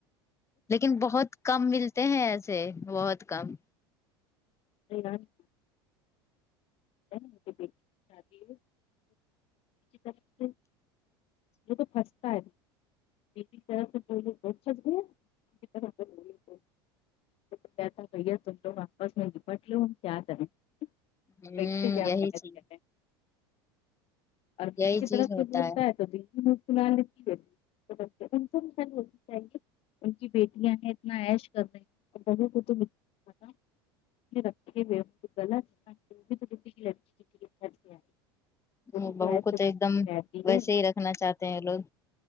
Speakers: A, on the left; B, on the left.
A: لیکن بہت کم ملتے ہیں ایسے بہت کم
B: اعلان نہیں کرتے <unintelligible> شادی کب کی یہ تو پھستا ہے <unintelligible> کہتا ہیں بھیا تم لوگ آپس میں نپٹ لو ہم کیا کہیں ایک
A: ہوں
B: سے کیا
A: یہی
B: محنت
A: چیز
B: کر رہے ہیں اور ماں
A: یہی
B: کی
A: چیز
B: طرف سے
A: ہوتا
B: بولتا ہے تو دل بھی مسکرا لے ان خل ہوتی چاہیے ان کی بیٹییں اتنا ایش کر رہی ہیں بہو کو تو پتا ہیں <unintelligible> وہ
A: ہم
B: بھی
A: بہو
B: ہے
A: کو تو
B: کہتی
A: ایک دم ویسے
B: ہے
A: ہی رکھنا چاہتے ہیں لوگ